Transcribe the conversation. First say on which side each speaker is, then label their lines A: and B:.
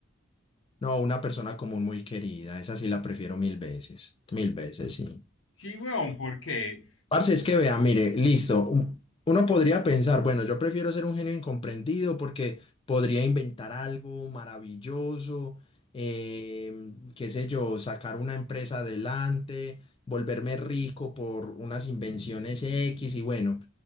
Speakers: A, on the left (about 25°); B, on the left (about 75°).
A: No, una persona común muy querida, esa sí la prefiero mil veces, mil veces, sí.
B: Sí, weón, porque.
A: Parce, es que vea, mire, listo. un- Uno podría pensar, bueno, yo prefiero ser un genio incomprendido porque podría inventar algo maravilloso, eh, qué sé yo, sacar una empresa adelante, volverme rico por unas invenciones X y bueno.